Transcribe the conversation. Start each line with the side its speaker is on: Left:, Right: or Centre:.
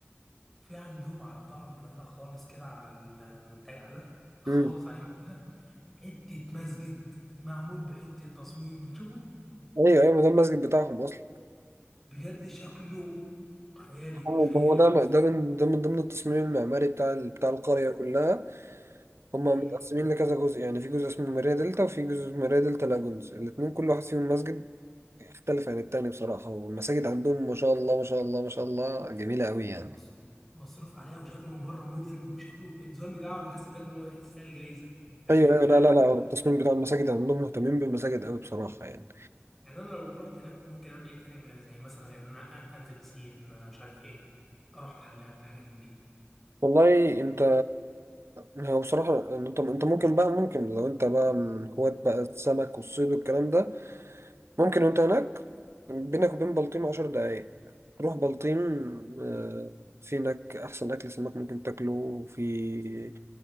Centre: في عندهم على طرف المدينة خالص كده على المنتجع ده خالص
Right: مم.
Centre: على اليمين كده حتة مسجد معمول بحتة تصميم بتشوفه
Right: ايوه ايوه ما ده المسجد بتاعهم اصلا
Centre: بجد شكله خيالي
Right: هو
Centre: خيالي
Right: هو ده
Centre: وتصميم
Right: ده من ده من ضمن التصميم المعماري بتاع ال- بتاع القريه كلها هم
Centre: مم.
Right: متقسمين لكذا جزء يعني في جزء اسمه ماريا دلتا وفي جزء اسمه ماريا دلتا لاجونز الاثنين كل واحد فيهم مسجد يختلف عن التاني بصراحه والمساجد عندهم ما شاء الله ما شاء الله ما شاء الله جميله قوي يعني
Centre: مص- مصروف عليها وشكله من بره مودرن وشكله الديزاين بتاعه انا حاسس بجد ان هو يستاهل جايزة فاهمني
Right: ايوه
Centre: والله
Right: ايوه لا لا لا التصميم بتاع المساجد عندهم مهتمين بالمساجد قوي بصراحه يعني
Centre: يعني انا لو رحت هناك ممكن اعمل ايه تاني غير زي مثلا غير ان انا أ- انزل بسين مش عارف ايه اروح محلات حاجات من دي
Right: والله انت هو بصراحة انت انت ممكن بقى ممكن لو انت بقى من هواة بقى السمك والصيد والكلام ده ممكن وانت هناك بينك وبين بلطيم عشر دقايق تروح بلطيم آه، في هناك احسن اكل سمك ممكن تاكله وفي